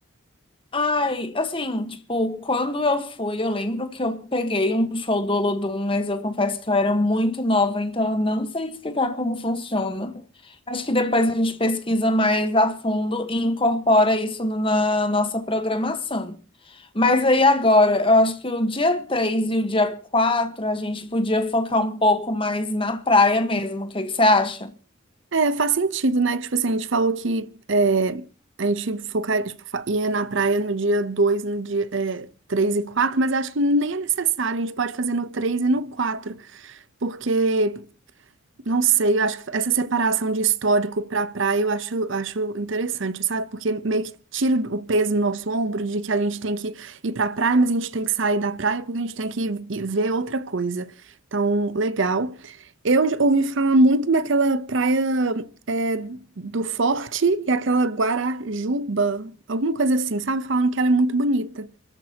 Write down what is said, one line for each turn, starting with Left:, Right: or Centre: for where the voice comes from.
Left: Ai, assim, tipo, quando eu fui, eu lembro que eu peguei um show do Olodum, mas eu confesso que eu era muito nova, então eu não sei te explicar como funciona. Acho que depois a gente pesquisa mais a fundo e incorpora isso no- na nossa programação. Mas aí agora, eu acho que o dia 3 e o dia 4 a gente podia focar um pouco mais na praia mesmo. O que que você acha?
Right: É, faz sentido, né? Que, tipo assim, a gente falou que é, a gente focar, tipo, fa- ia na praia no dia dois no dia é, 3 e quatro mas eu acho que nem é necessário. A gente pode fazer no 3 e no 4 porque não sei, eu acho que essa separação de histórico pra praia eu acho, acho interessante, sabe? Porque meio que tira o peso do nosso ombro de que a gente tem que ir pra praia, mas a gente tem que sair da praia porque a gente tem que ir ir ver outra coisa. Então, legal. Eu já ouvi falar muito daquela praia é, do Forte e aquela Guarajuba, alguma coisa assim, sabe? Falando que ela é muito bonita.